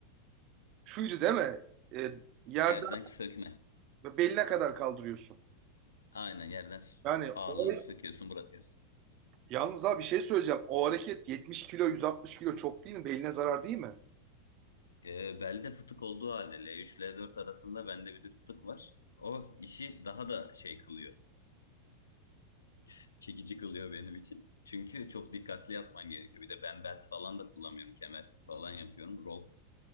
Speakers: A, on the right (about 40°); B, on the left (about 70°).
A: şuydu değil mi? E, yerden
B: Yerden sökme.
A: beline kadar kaldırıyorsun.
B: Aynen yerden s-
A: Yani
B: ağırlığı
A: o,
B: söküyorsun bırakıyorsun.
A: yalnız abi bir şey söyleyeceğim. O hareket 70 kilo 160 kilo çok değil mi? Beline zarar değil mi?
B: Ee, belde fıtık olduğu halde L3 L4 arasında bende bir de fıtık var. O işi daha da şey kılıyor. <laughs> Çekici kılıyor benim için. Çünkü çok dikkatli yapman gerekiyor. Bir de ben belt falan da kullanmıyorum. Kemersiz falan yapıyorum. Row.